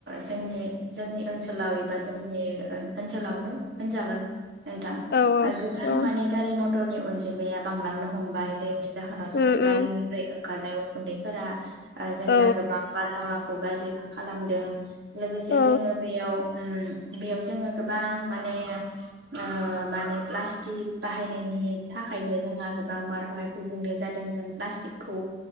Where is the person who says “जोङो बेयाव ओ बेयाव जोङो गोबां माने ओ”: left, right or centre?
Right